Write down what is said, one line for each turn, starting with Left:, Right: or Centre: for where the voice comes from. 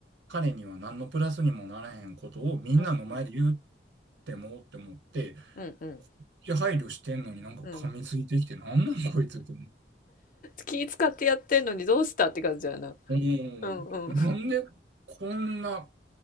Right: 彼には何のプラスにもならへんことをみんなの前で言うっ
Left: うんうん
Right: てもって思って、
Left: うんうん
Right: いや、配慮してんのになんか噛みついてきて、
Left: うん
Right: なんなんこいつって思う。
Left: 気使ってやってんのにどうしたって感じやな。
Right: うん。
Left: うんうん。
Right: なんでこんな、